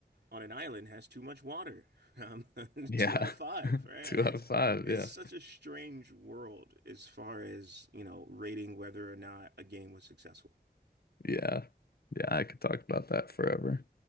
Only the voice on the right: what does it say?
on an island has too much water. <laughs> Um, <laughs>
two out of five,
right?
It's
it's
such a strange world as far as, you know, rating whether or not a game was successful.